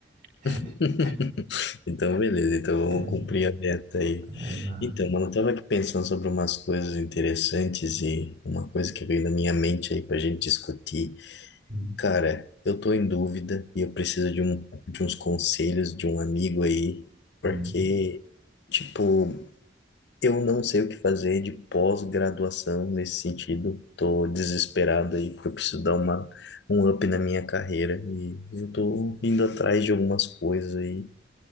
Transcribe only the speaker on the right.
<laughs>
É,
exato.
Hum,
hum. hum.